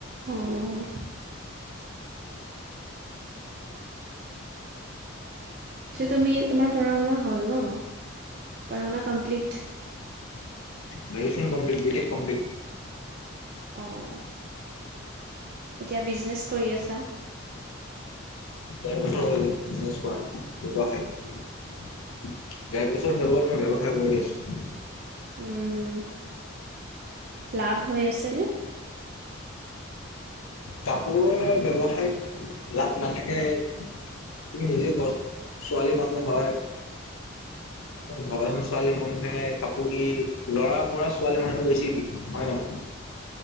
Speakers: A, on the right; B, on the left.
A: অ'অ' <inaudible> তুমি তোমাৰ পঢ়া শুনা হ'ল ন, পঢ়া শুনা কমপ্লিট।
B: দেচিং কমপ্লিত বিতেক কমপ্লিট।
A: অ' এতিয়া বিজনেচ কৰি আছা।
B: ডেৰ বছৰ হৈ গ'ল বিজনেছ কৰা গুৱাহাটীত। ডেৰ বছৰ হৈ গ'ল মই ব্যৱসায় কৰি আছোঁ।
A: উম, লাভ হৈ আছেনে? <inaudible>
B: কাপোৰৰ ব্যৱসায়ত লাভ নাথাকে তুমি নিজে কোৱাছোন? ছোৱালী মানুহ হয়। ভাবাচোন ছোৱালী মানুহে কাপোৰ কি ল'ৰাৰ পৰা ছোৱালী মানুহে বেছি কিনে, হয় নহয়।